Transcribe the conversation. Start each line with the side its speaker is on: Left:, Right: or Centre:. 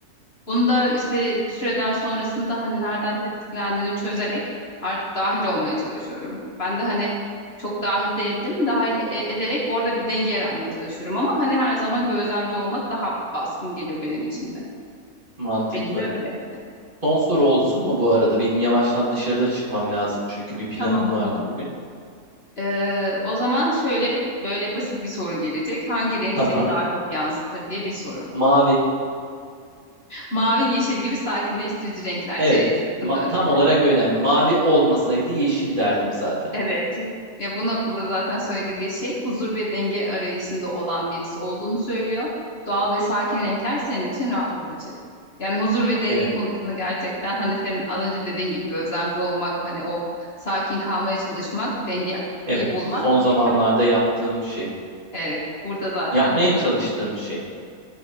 Left: Bunu da işte bir süreden sonrasında hani nereden tetiklendiğini çözerek artık dahil olmaya çalışıyorum. Ben de hani çok dahil değildim. Dahil e- ederek orada bir denge yaratmaya çalışıyorum ama hani her zaman gözlemci olmak daha baskın geliyor benim için de.
Right: mantıklı.
Left: Benim de öyle.
Right: Son soru olsun mu bu arada? Benim yavaştan dışarıda çıkmam lazım çünkü bir planım
Left: Tamam
Right: vardı
Left: tamam.
Right: bugün.
Left: Ee, o zaman şöyle böyle basit bir soru gelecek. Hangi renk
Right: Tamam.
Left: seni daha çok yansıtır diye bir soru.
Right: Mavi.
Left: Mavi, yeşil gibi sakinleştirici renkler
Right: Evet.
Left: C şıkkında
Right: Ma-
Left: mesela.
Right: tam olarak öyle. Yani mavi olmasaydı yeşil derdim zaten.
Left: Evet. Ya bu noktada zaten söylediği şey huzur ve denge arayışında olan birisi olduğunu söylüyor. Doğal ve sakin renkler senin için rahatlatıcı. Yani huzur ve denge
Right: Evet.
Left: konusunda gerçekten hani senin az önce dediğin gibi gözlemci olmak, hani o sakin kalmaya çalışmak, dengeyi
Right: Evet.
Left: bulmak.
Right: Son zamanlarda
Left: İşte
Right: yaptığım şey.
Left: evet burada zaten
Right: Yapmaya
Left: bu
Right: çalıştığım şey.